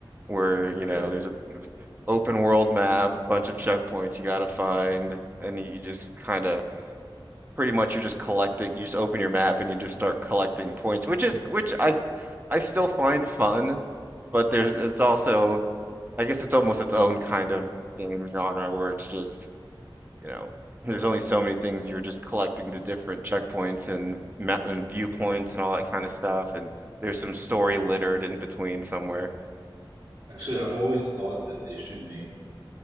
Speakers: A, on the right (about 20°); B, on the right (about 60°).
A: where, you
B: Right.
A: know, there's a open world map, bunch of checkpoints you gotta find, and you you just kind of pretty much you're just collecting, you just open your map and you just start collecting points, which is which I I still find fun, but there's it's also I guess it's almost its own kind of game genre where it's just, you know, there's only so many things you're just collecting the different checkpoints and map and viewpoints and all that kind of stuff, and there's some story littered in between somewhere.
B: Actually, I've always thought that they should make